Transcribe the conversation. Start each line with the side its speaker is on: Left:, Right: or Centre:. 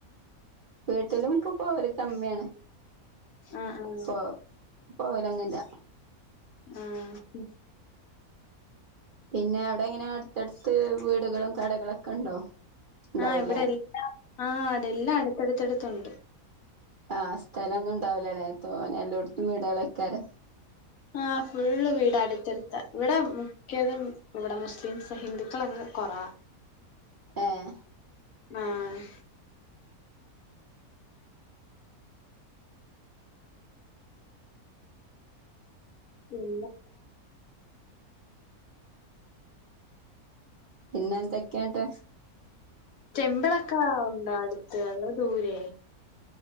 Right: വീട്ടിലും ഇപ്പൊ പോവല് കമ്മിയാണ്.
Left: ആഹ് ആഹ്.
Right: പോ പോകലൊന്നുല്ല.
Left: ആഹ്.
Right: പിന്നെ അവിടെ എങ്ങനെ അടുത്തടുത്ത് വീടുകളും കടകളൊക്കെ ഉണ്ടോ ഉണ്ടാവൂല്ലേ
Left: ആഹ് ഇവിടെ എല്ലാ ആഹ് ഇവിടെ എല്ലാം അടുത്ത്ടുത്ത്ടുത്തുണ്ട്.
Right: ആഹ് സ്ഥലൊന്നും ഉണ്ടാവില്ലല്ലേ തോനെ എല്ലോട്ത്തും വീടാളേക്കാരം.
Left: ആഹ് ഫുള്ള് വീട് അടുത്തെടുത്ത ഇവിടെ ക്കതും ഇവിടെ മുസ്ലിംസ ഹിന്ദുക്കള കൊറവ.
Right: ഏഹ്.
Left: ആഹ്. പിന്നെ
Right: പിന്നെ എന്തൊക്കെയാട്ട്
Left: റ്റെമ്പിളൊക്ക ഉണ്ടോ അടുത്ത് അതോ ദൂരേ